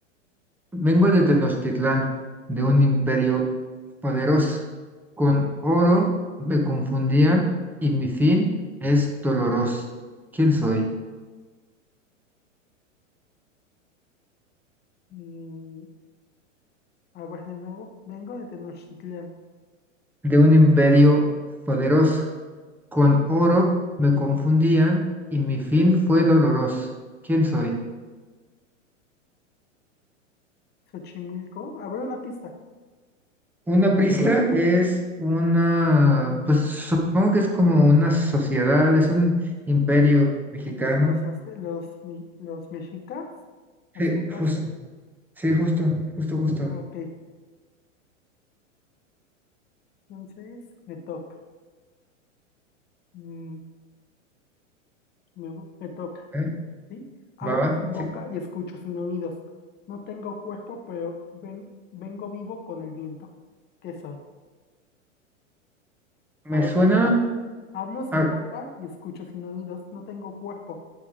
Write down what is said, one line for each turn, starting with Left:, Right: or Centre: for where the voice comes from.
Centre: Vengo de Tenochtitlán, de un imperio poderoso. Con oro me confundían y mi fin es doloroso. ¿Quién soy?
Left: Mm, a ver de nuevo. Vengo de Tenochtitlán.
Centre: De un imperio poderoso. Con
Left: Ajá.
Centre: oro me confundían y mi fin fue doloroso. ¿Quién soy?
Left: Xochimilco. A ver una pista.
Centre: Una prista es una, pues supongo que es como una sociedad, es un imperio mexicano.
Left: Los, azte- los, mi- los mexicas, aztecas.
Centre: Sí, justo, sí, justo, justo, justo.
Left: Ah, Ok, entonces me toca. Mm, me, me toca,
Centre: ¿Eh?
Left: ¿sí? Hablo
Centre: Va, va,
Left: sin boca
Centre: sí.
Left: y escucho sin oídos. No tengo cuerpo, pero ven- vengo vivo con el viento. ¿Qué soy?
Centre: Me
Left: A ver
Centre: suena
Left: de nuevo. Hablo sin
Centre: a-
Left: boca y escucho sin oídos. No tengo cuerpo,